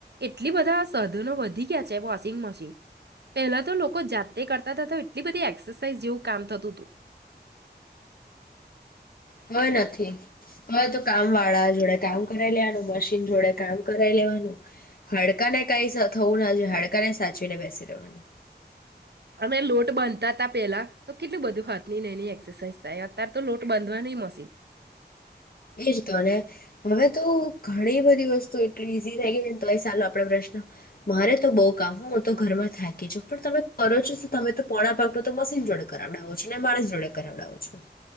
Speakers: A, on the right; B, on the left.
A: એટલી બધા સાધનો વધી ગયા છે વોશિંગમશીન પહેલા તો લોકો જાતે કરતા હતા તો એટલી બધી એક્સસાઇઝ જેવું કામ થતુંતું. <inaudible>
B: કય નથી. હવે તો કામવાળા જોડે કામ કરાય લેવાનું મશીન જોડે કામ કરાય લેવાનું હાડકા ને કાંઈ થવું ના <unintelligible> હાડકા ને સાચ <unintelligible> બેસી રહેવાનું.
A: અને લોટ બાંધતા હતા પેલા તો કેટલું બધું હાથનીને એની એક્સસાાઈઝ થાય અત્યારે તો લોટ બાંધવાની મશીન.
B: એજ તો <unintelligible> હવે તો ઘણી બધી વસ્તુ એટલી ઈઝી થઈ ગઈ છેને તોયે ચાલો આપરે પ્રશ્ન મારેતો બઉુ કામ હું તો ઘરમાં થાકી છું પણ તમે કરો છો તમે તો પોણા પાકનું તો મશીન જોડે કરાવડાવો છો ને માણસ જોડે. કરાવડાવો છો